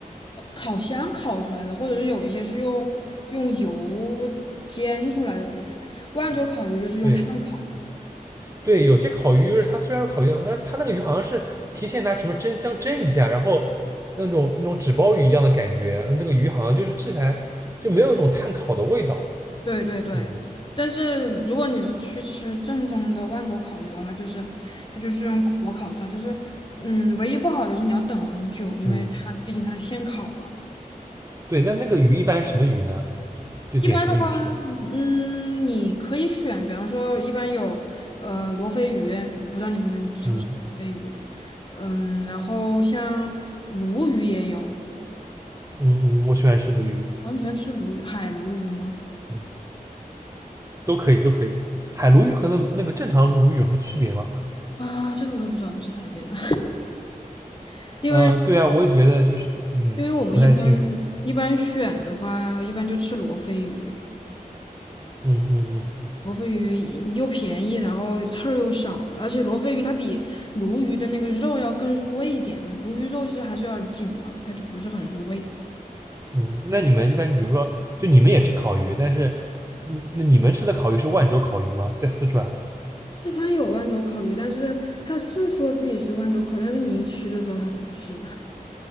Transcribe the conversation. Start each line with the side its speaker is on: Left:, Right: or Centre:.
Left: 呃烤箱烤出来的，或者是有一些是用用油煎出来的鱼。万州烤鱼就是用炭烤的。
Right: 对。对，有些烤鱼就是它虽然是烤鱼，但是它那个鱼好像是提前拿什么蒸箱蒸一下，然后像那种那种纸包鱼一样的感觉，嗯那个鱼好像就是吃起来就没有一种炭烤的味道。
Left: 对对对，
Right: 嗯
Left: 但是如果你是去吃正宗的万州烤鱼的话，就是就就是用火烤出来，就是嗯，唯一不好就是你要等很久，因为它毕竟它现烤嘛。
Right: 嗯，对，但那个鱼一般是什么鱼呢？就点什么鱼吃？
Left: 一般的话，嗯，你可以选，比方说一般有呃罗非鱼，我不知道你们吃不吃罗非鱼，
Right: 嗯
Left: 嗯，然后像鲈鱼也有，
Right: 嗯嗯，我喜欢吃鲈鱼，
Left: 完全吃鲈鱼，海鲈鱼吗？
Right: 嗯，都可以都可以。海鲈鱼和那那个正常鲈鱼有什么区别吗？
Left: 啊，这个我也不知道，不是海边的，<laughs> 因为
Right: 嗯、呃对啊，我也觉得就是嗯不太清楚。
Left: 因为我们一般一般选的话，一般就吃罗非鱼。
Right: 嗯嗯嗯。
Left: 罗非鱼又便宜，然后刺儿又少，而且罗非鱼它比鲈鱼的那个肉要更入味一点。鲈鱼肉其实还是有点紧嘛，它就不是很入味。
Right: 嗯，那你们一般，比如说，就你们也吃烤鱼，但是，嗯那你们吃的烤鱼是万州烤鱼吗？在四川，
Left: 四川有万州烤鱼，但是它是说自己是万州烤鱼但是你一吃就知道它不是，